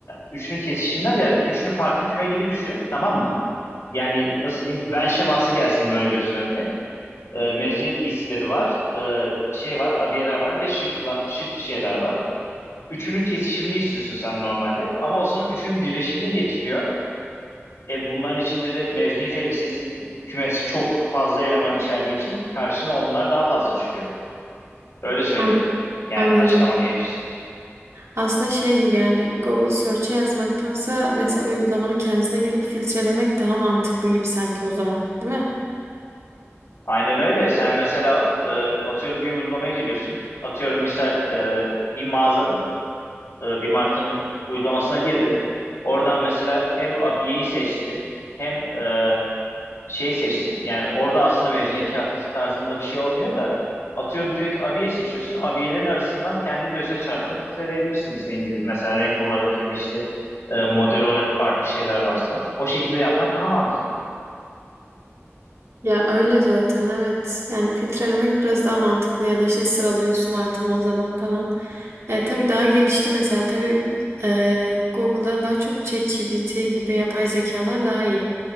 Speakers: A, on the left; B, on the right.
A: üçünü kesişimden ziyade üçünü farklı küme gibi düşün. Tamam mı? Yani nasıl diyeyim? Venn şeması gelsin böyle gözün önüne. Ee, mezuniyet giysileri var. ee, şey var. Abiyeler var ve şıkla, şık şeyler var. Üçünü kesişimli istiyorsun sen normalde. Ama o sana üçünün birleşimini getiriyor. E bunların içinde de mezuniyet elbisesinin kümesi çok fazla eleman içerdiği için karşına onlar daha fazla çıkıyor. Öyle söyleyeyim.
B: Anla-
A: Yani
B: anladım.
A: açıklamam gerekirse.
B: Aslında şey gibi yani Google Search'e yazmaktansa mesela uygulamanın kendisine gidip filtrelemek daha mantıklı gibi sanki o zaman, değil mi?
A: Aynen öyle. Sen mesela e, atıyorum bir uygulamaya giriyorsun. Atıyorum misal e, bir mağaza, e, bir markanın uygulamasına girdin. Oradan mesela hem abiyeyi seçtin hem e, şey seçtin. Yani orada aslında mezuniyet kıyafeti tarzında bir şey olmuyor da atıyorum direkt abiye seçiyorsun. Abiyelerin arasından kendi gözüne çarpanı filtreleyebilirsin istediğin gibi. Mesela renk olarak ya da işte e, model olarak farklı şeyler varsa. O şekilde yapmak daha mantıklı.
B: Ya öyle zaten evet. Yani filtrelemek biraz daha mantıklı ya da işte sıralıyorsun artan azalan falan. E, tabii daha gelişti mesela. Tabii e, Google'dan daha çok ChatGPT gibi yapay zekalar daha iyi.